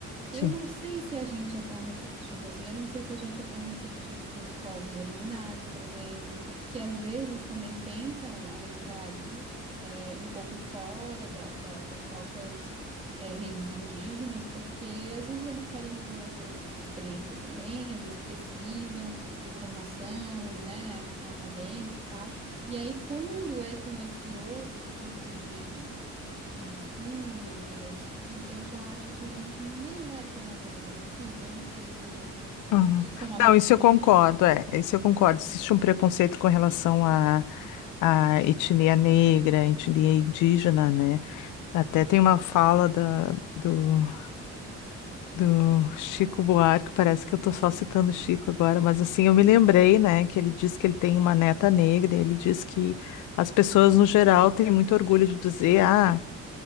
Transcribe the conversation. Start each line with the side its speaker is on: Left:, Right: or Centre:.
Right: Eu
Left: sim.
Right: não sei se a gente é tão receptivo assim, eu não sei se a gente é tão receptivo com os povos originários, por exemplo, que às vezes também tentam adentrar ali é, um pouco fora da- da- das próprias é, redes indígenas, porque às vezes eles querem viver outras experiências também, às vezes precisam de formação, né, a questão acadêmica e tal. E aí, quando é com esse outro tipo de mistura, de migrações, eu já acho que a gente não é tão acolhedor assim. Eu não sei se,
Left: Uhum.
Right: se isso é uma
Left: Não,
Right: visão
Left: isso eu
Right: minha.
Left: concordo, é, isso eu concordo. Existe um preconceito com relação à à etnia negra, etnia indígena, né? Até tem uma fala da, do, do Chico Buarque, parece que eu tô só citando o Chico agora, mas assim, eu me lembrei, né, que ele diz que ele tem uma neta negra, e ele diz que as pessoas no geral têm muito orgulho de dizer, ah,